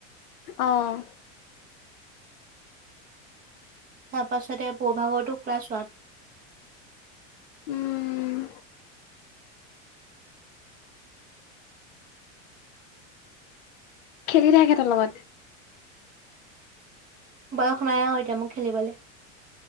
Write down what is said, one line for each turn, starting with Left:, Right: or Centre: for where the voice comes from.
Left: অ'।
Right: তাৰপাছতে বৰ বভাগৰটো ক্লাছ ওৱান।
Left: উম। খেলি থাক সেঁতৰ লগত।
Right: বয়স নাই আৰু এতিয়া মোক খেলিবলৈ।